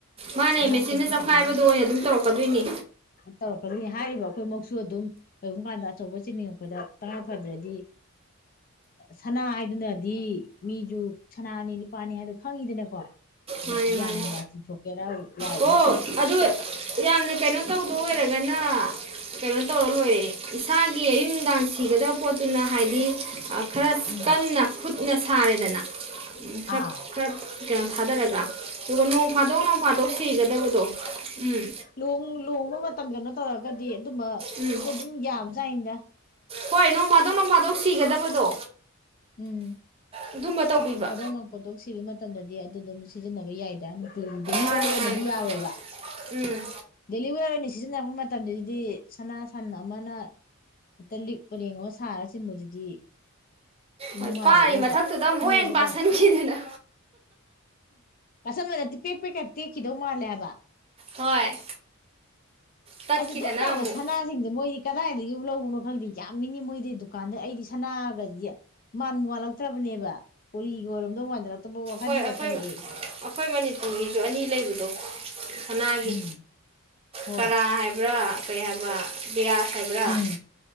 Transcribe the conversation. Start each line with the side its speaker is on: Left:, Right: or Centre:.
Right: ꯃꯥꯅꯦ
Left: ꯏꯅꯥꯛꯇꯅ
Right: ꯃꯦꯆꯤꯟꯅ
Left: ꯄꯩꯁꯥ
Right: ꯆꯞꯈꯥꯏꯕꯗꯣ
Left: ꯄꯥꯏꯔ
Right: ꯑꯣꯏꯅ ꯑꯗꯨꯝ ꯇꯧꯔꯛꯀꯗꯣꯏꯅꯤ
Left: ꯇꯧꯔꯛꯀꯅꯤ ꯍꯥꯏꯔꯤꯕ ꯑꯩꯈꯣꯏꯃꯛꯁꯨ ꯑꯗꯨꯝ ꯀꯔꯤꯒꯨꯝꯕ ꯀꯥꯟꯗ ꯑꯆꯧꯕ ꯆꯤꯅꯤꯡꯉꯛꯄꯗ ꯇꯉꯥꯏ ꯐꯗ꯭ꯔꯗꯤ ꯁꯅꯥ ꯍꯥꯏꯗꯨꯅꯗꯤ ꯃꯤꯁꯨ ꯁꯅꯥꯅꯤ ꯂꯨꯄꯥꯅꯤ ꯍꯥꯏꯗꯣ ꯈꯪꯉꯤꯗꯅꯀꯣ
Right: ꯃꯥꯅꯦ
Left: ꯌꯥꯝꯅ
Right: ꯃꯥꯅꯦ
Left: ꯆꯤꯡꯊꯣꯛꯀꯦꯔꯥ ꯂꯥꯏꯋꯦ
Right: ꯑꯣ ꯑꯗꯨ ꯌꯥꯝꯅ ꯀꯩꯅꯣ ꯇꯧꯗ ꯑꯣꯏꯔꯒꯅ ꯀꯩꯅꯣ ꯇꯧꯔ ꯂꯣꯏꯔꯦ ꯏꯁꯥꯒꯤ ꯑꯌꯨ ꯅꯨꯡꯗꯥꯡ ꯁꯤꯒꯗꯕ ꯄꯣꯠꯇꯨꯅ ꯍꯥꯏꯗꯤ ꯈꯔ
Left: ꯎꯝ
Right: ꯀꯟꯅ ꯈꯨꯠꯅ ꯁꯥꯔꯦꯗꯅ ꯈꯔ
Left: ꯑꯥ
Right: ꯈꯔ ꯀꯩꯅꯣ ꯊꯥꯗꯔꯒ ꯑꯗꯨꯒ ꯅꯣꯡ ꯐꯥꯗꯣꯛ ꯅꯣꯡ ꯐꯥꯗꯣꯛ ꯁꯤꯒꯗꯕꯗꯣ ꯎꯝ
Left: ꯅꫭꯡ ꯅꫭꯡ ꯍꯣꯡꯕ ꯃꯇꯝ ꯀꯩꯅꯣ ꯇꯧꯔꯒꯗꯤ ꯑꯗꯨꯝꯕ
Right: ꯎꯝ
Left: ꯑꯗꯨ ꯑꯗꯨꯝ ꯌꯥꯝ ꯗ
Right: ꯍꯣꯏ ꯅꯣꯡꯃꯥꯗꯣꯛ ꯅꯣꯡꯐꯥꯗꯧ ꯁꯤꯒꯗꯕꯗꯣ
Left: ꯎꯝ
Right: ꯑꯗꯨꯝꯕ ꯇꯧꯕꯤꯕ
Left: ꯅꯣꯡ ꯐꯥꯗꯣꯛꯅ ꯄꯣꯠꯇꯣꯛ ꯁꯤꯕꯩ ꯃꯇꯝꯗꯗꯤ ꯗꯤ ꯑꯗꯨ ꯑꯗꯨꯝ ꯁꯤꯖꯤꯟꯅꯕ ꯌꯥꯏꯗ ꯗꯦꯂꯤꯚꯔ
Right: ꯃꯥꯅꯦ
Left: ꯑꯣꯏꯅꯗꯤ
Right: ꯃꯥꯅꯦ
Left: ꯌꯥꯔꯣꯏꯕ
Right: ꯎꯝ
Left: ꯗꯦꯂꯤꯚ ꯁꯤꯖꯤꯟꯅꯔꯄ ꯃꯇꯝꯗꯗꯤ ꯁꯅꯥ ꯁꯟ ꯑꯃꯅ ꯍꯦꯛꯇ ꯂꯤꯛꯄ ꯂꯦꯡꯉꯒ ꯁꯥꯔ ꯆꯤꯟꯕꯗꯨꯗꯤ
Right: ꯍꯣꯏ
Left: ꯅꯨꯡꯉꯥꯏꯔꯛꯑꯣꯏꯕ
Right: ꯄꯥꯔꯤ ꯃꯊꯛꯇꯨꯗ ꯇꯃꯛ
Left: ꯀꯦꯕꯗ
Right: ꯍꯦꯟ ꯄꯥꯁꯟꯈꯤꯗꯅ
Left: ꯑꯁ ꯃꯅꯗꯤ ꯄꯦꯛ ꯄꯦꯛꯀ ꯇꯦꯛꯈꯤꯗꯧ ꯃꯥꯜꯂꯦ ꯍꯥꯏꯕ
Right: ꯍꯣꯏ ꯇꯠꯈꯤꯗꯅ
Left: ꯑꯗꯨ ꯑꯗꯨꯝ ꯌꯥꯝꯕ
Right: ꯑꯃꯨꯛ
Left: ꯁꯅꯥꯁꯤꯡꯗ ꯃꯣꯏꯗꯤ ꯀꯗꯥꯏꯗꯒꯤ ꯂꯧꯕꯅꯣ ꯈꯪꯗꯦ ꯌꯥꯝꯃꯤꯅꯤ ꯃꯣꯏꯗꯤ ꯗꯨꯀꯥꯟꯗ ꯑꯩꯗꯤ ꯁꯅꯥꯒꯗꯤ ꯃꯥꯟ ꯃꯥꯜꯂꯛꯇ꯭ꯔꯕꯅꯦꯕ ꯎꯣꯔꯤꯒꯤ ꯑꯣꯏꯔꯣꯝꯗꯧ ꯃꯥꯟꯊꯂ <unintelligible>
Right: ꯍꯣꯏ ꯑꯩꯈꯣꯏ ꯑꯩꯈꯣꯏ ꯃꯅꯤꯄꯨꯔꯒꯤꯁꯨ ꯑꯅꯤ ꯂꯩꯕꯗꯣ ꯍꯅꯥꯒꯤ
Left: ꯎꯝ ꯍꯣꯏ
Right: ꯀꯔꯥ ꯍꯥꯏꯕ꯭ꯔꯥ ꯀꯩ ꯍꯥꯏꯕ ꯕꯤꯌꯥꯁ ꯍꯥꯏꯕ꯭ꯔꯥ
Left: ꯎꯝ